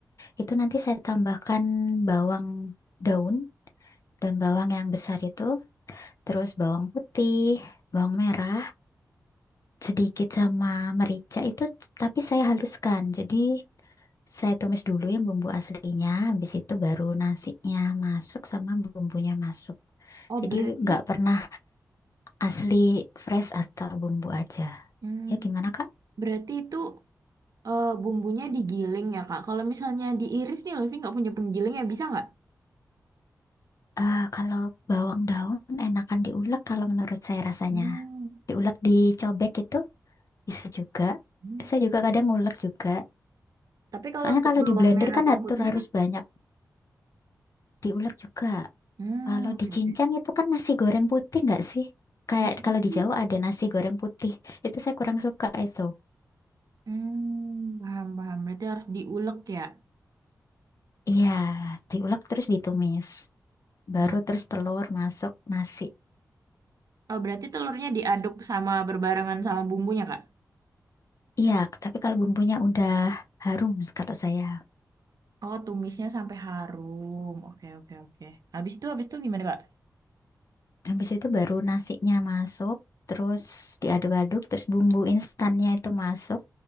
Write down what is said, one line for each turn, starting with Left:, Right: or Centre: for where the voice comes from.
Left: Itu nanti saya tambahkan bawang daun dan bawang yang besar itu, terus bawang putih, bawang merah, sedikit sama merica itu tapi saya haluskan. Jadi Saya tumis dulu yang bumbu aslinya, habis itu baru nasinya masuk sama bumbunya masuk.
Right: Oh
Left: Jadi
Right: berarti
Left: nggak pernah asli fresh atau bumbu aja.
Right: hmm,
Left: Ya gimana Kak?
Right: berarti itu eh, bumbunya digiling ya Kak. Kalau misalnya diiris nih Luffy nggak punya penggiling ya bisa nggak?
Left: Eh, kalau bawang daun enakan diulek kalau menurut saya rasanya.
Right: Hmm.
Left: Diulek dicobek itu bisa juga.
Right: Hmm.
Left: Saya juga kadang ngulek juga.
Right: Tapi kalau
Left: Soalnya
Right: untuk
Left: kalau
Right: bawang
Left: di blender
Right: merah,
Left: kan
Right: bawang
Left: atur
Right: putihnya
Left: harus
Right: Kak?
Left: banyak diulek juga.
Right: Hmm,
Left: Kalau
Right: oke
Left: di
Right: oke.
Left: Cincang itu kan nasi goreng putih nggak sih? Kayak
Right: Nah,
Left: kalau
Right: itu.
Left: di Jawa ada nasi goreng putih. Itu saya kurang suka itu.
Right: Hmm, paham, paham. Berarti harus diulek ya.
Left: Iya, diulek terus ditumis. Baru
Right: Nah,
Left: terus telur masuk nasi.
Right: oh berarti telurnya diaduk sama berbarengan sama bumbunya, Kak?
Left: Iya, tapi kalau bumbunya udah harum kalau saya.
Right: Oh, tumisnya sampai harum. Oke, oke, oke. Habis itu, habis itu gimana, Kak?
Left: Habis itu baru nasinya masuk, terus diaduk-aduk, terus bumbu instannya itu masuk.